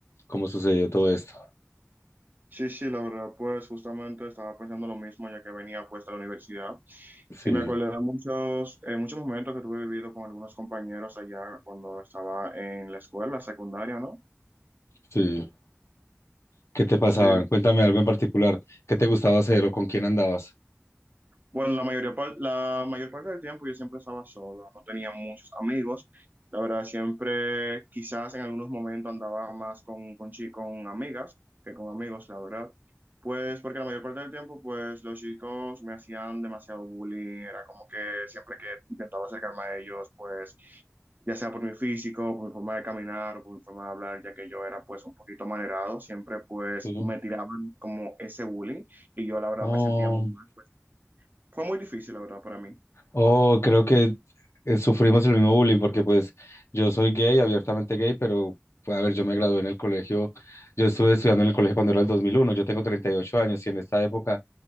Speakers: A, on the left; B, on the right.
A: cómo sucedió todo esto.
B: Sí, sí, la verdad, pues justamente estaba pensando lo mismo ya que venía pues de la universidad
A: sí,
B: y me acordé de muchos, eh, muchos momentos que tuve vivido con algunos compañeros allá cuando estaba en la escuela secundaria, ¿no?
A: Sí. ¿Qué te pasaban?
B: Sí,
A: Cuéntame algo en particular. ¿Qué te gustaba hacer o con quién andabas?
B: Bueno, la mayoría par- la mayor parte del tiempo yo siempre estaba solo, no tenía muchos amigos. La verdad, siempre quizás en algunos momentos andaba más con, con, chi- con amigas que con amigos, la verdad. Pues porque la mayor parte del tiempo, pues los chicos me hacían demasiado bullying, era como que siempre que intentaba acercarme a ellos, pues ya sea por mi físico, por mi forma de caminar o por mi forma de hablar, ya que yo era pues un poquito manerado, siempre pues
A: Sí.
B: me tiraban como ese bullying y yo la verdad
A: Oh.
B: me sentía muy mal. pues, fue muy difícil, la verdad, para mí.
A: Oh, creo que eh, sufrimos el mismo bullying porque pues yo soy gay, abiertamente gay, pero pues, a ver, yo me gradué en el colegio, yo estuve estudiando en el colegio cuando era el dos mil uno yo tengo 38 años y en esta época